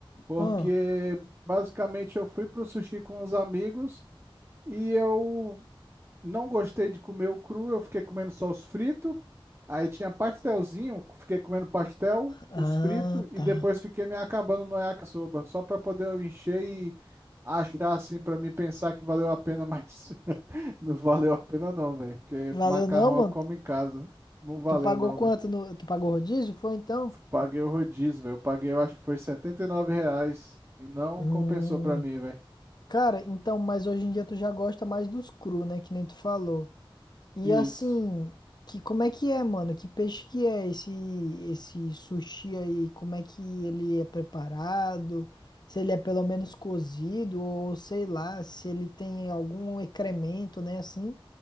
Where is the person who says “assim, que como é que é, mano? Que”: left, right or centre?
Left